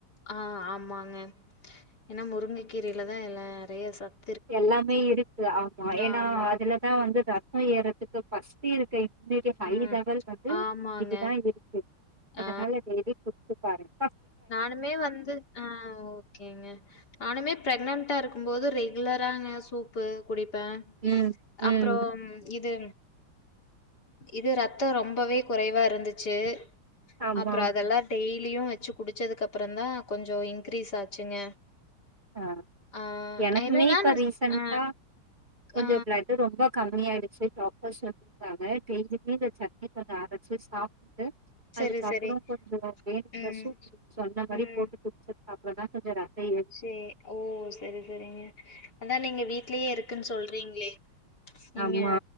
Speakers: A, on the left; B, on the right.
A: ஆஹ் ஆமாங்க ஏன்னா முருங்கைக்கீரைலதான் எல்லாம் நிறைய சத்
B: எல்லாமே இருக்கு ஆமா ஏன்னா
A: ஆமா.
B: அதுலதான் வந்து இப்ப ஏறதுக்கு பஸ்தி இரு இன்னைக்கி பைவ்
A: ம்.
B: லெவல்கு வந்து
A: ஆமாங்க.
B: இதுதான் இருக்கு அதனால
A: ஆ.
B: வெறி கொண்டு பாருங்
A: நானுமே வந்து ஆஹ் ஓகேங்க நானுமே பிரெக்ணன்டா இருக்க க்கும் போது ரெகுலராங்க சூப்பு குடிப் ஃபேன்
B: ம் ம்
A: அப்றோம் இது இது ரத்தம் ரொம்பவே குறைவா இருந்துச்சு
B: ஆமா
A: அப்றோ அதெல்லா டெய் லியும் வச்சு குடுத் குடிச்சதுக்கு அப்புறம் தான் கொஞ்சோ இன்கிரீஸ் ஆச்சுங்க
B: ஆ
A: ஆ
B: எனக்குமே
A: என்னன்னா
B: இப்ப
A: நா
B: ரீசன்ட்டா
A: ஆ
B: கொஞ்சோ
A: ஆ
B: பிளட் ரொம்ப கம்மியாயிடுச்சு டாக்டர் சொல்லிற்காங்க டெய்லியுமே இந்த சட்னி கொஞ்சோ அரச்சு சாப் டு
A: செரி
B: அதுக்கப்றோ
A: செரி
B: கொஞ்சமா வேணுங்குற
A: ம்
B: சூப் சொன்ன மாரியே
A: ம்
B: போட்டு குடிச்ச அப்பதா கொஞ்சோ ரத்தம் ஏ
A: சே ஓ சரி சரிங்க அதான் நீங்க வீட் வீட்லயே இருக்குன்னு சொல்றீங்களே நீங்க
B: ஆமா